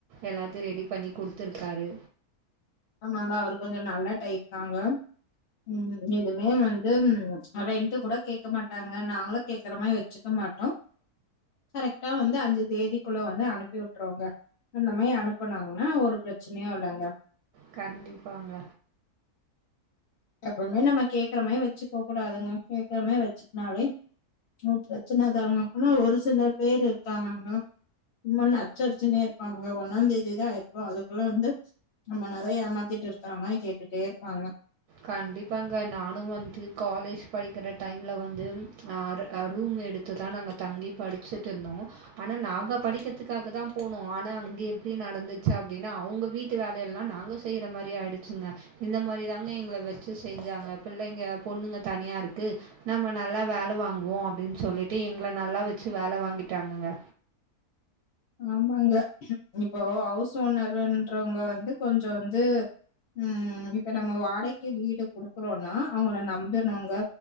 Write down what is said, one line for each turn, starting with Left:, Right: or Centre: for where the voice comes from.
Right: எல்லாத்தயு ரெடி பண்ணி குடுத்துருக்காரு
Left: ஆங்க அவரு கொஞ்ச நல்ல டைப் தாங்க ம் எதுமே வந்து ம் அட ரெண்ட்டு கூட கேக்க மாட்டாங்க நாங்களு கேக்குற மாயி வச்சுக்கம் மாட்டோ கரெக்டா வந்து அஞ்சு தேதிக்குள்ள வந்து அனுப்பி வுட்டுருவோங்க அந்த மாயி அனுப்புனாங்கனா ஒரு பிரச்சனையு இல்லங்க
Right: கண்டிப்பாங்க
Left: எப்பவுமே நம்ம கேக்குற மாயி வச்சுக்க கூடாதுங்க கேக்குற மாயி வச்சுக்னாலே ம் பிரச்சனதாங்க ஆனா ஒரு சிலர் பேரு இருக்காங்கங்க இன்மோ நச்சரிச்சுனே இருப்பாங்க ஒன்னாந் தேதிதா ஆயிருக்கு அதுக்குள்ள வந்து நம்ம நெறைய ஏமாத்திட்டு இருக்குற மாயி கேட்டுட்டே இருப்பாங்க
Right: கண்டிப்பாங்க நானு வந்து காலேஜ் படிக்கிற டைம்ல வந்து அ ரு அ ரூமு எடுத்து தா நாங்க தங்கி படிச்சுட்டு இருந்தோ ஆனா நாங்க படிக்கற்த்துக்காக தா போனோ ஆனா அங்கே எப்டி நடந்துச்சி அப்டின்னா அவுங்க வீட்டு வேலைய எல்லா நாங்க செய்ற மாறி ஆயிடுச்சுங்க இந்த மாரி தாங்க பிள்ளைங்கள வெச்சி செஞ்சாங்க பிள்ளைங்க பொண்ணுங்க தனியா இருக்கு நம்ம நல்லா வேலை வாங்குவோம அப்டின்னு சொல்லிட்டு எங்கள நல்லா வெச்சி வேலை வாங்கிட்டாங்கங்க
Left: ஆமாங்க இப்போ ஹவுஸ் ஓனருன்றவங்க வந்து கொஞ்சோ வந்து ம் இப்ப நம்ம வாடகைக்கு வீடு குடுக்குறோன்னா அவங்கள நம்பனோங்க